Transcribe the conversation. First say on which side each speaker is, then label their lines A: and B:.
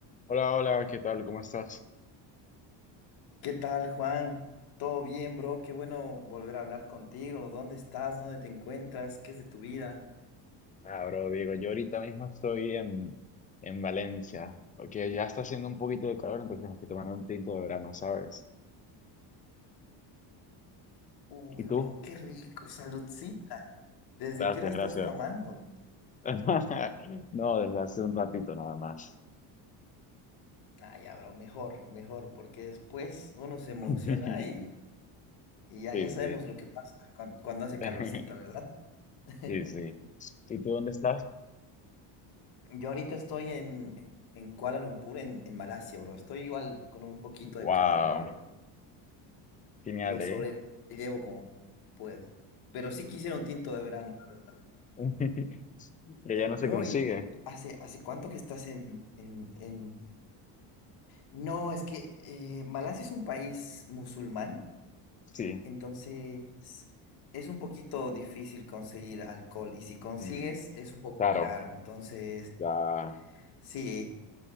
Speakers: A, on the left; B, on the left.
A: Hola, hola, ¿qué tal? ¿Cómo estás?
B: ¿Qué tal, Juan? ¿Todo bien, bro? Qué bueno volver a hablar contigo. ¿Dónde estás? ¿Dónde te encuentras? ¿Qué es de tu vida?
A: Ah, bro, Diego, yo ahorita mismo estoy en, en Valencia, porque ya está haciendo un poquito de calor, entonces me estoy tomando un tinto de verano, ¿sabes?
B: Uy,
A: ¿Y tú?
B: bro, qué rico. Saludcita. ¿Desde
A: Gracias,
B: qué hora estás
A: gracias.
B: tomando?
A: <laughs> No, desde hace un ratito nada más.
B: Ah, ya, bro, mejor, mejor, porque después uno se emociona
A: <laughs>
B: y, y ya,
A: Sí,
B: ya sabemos
A: sí.
B: lo que pasa cuan- cuando hace
A: <laughs>
B: calorcita, ¿verdad? <laughs>
A: Sí, sí. ¿Y tú dónde estás?
B: Yo ahorita estoy en, en Kuala Lumpur, en, en Malasia, bro. Estoy igual con un poquito
A: Wow,
B: de calor, pero
A: genial,
B: lo sobrellevo
A: ¿eh?
B: como puedo. Pero sí quisiera un tinto de verano, la verdad.
A: <laughs> Que ya no
B: Bro,
A: se consigue.
B: ¿y hace, hace cuánto que estás en, en, en... No, es que eh, Malasia es un país musulmán,
A: Sí,
B: entonces es un poquito difícil conseguir alcohol y si consigues
A: mm,
B: es un poco
A: claro,
B: caro. Entonces,
A: ya,
B: sí,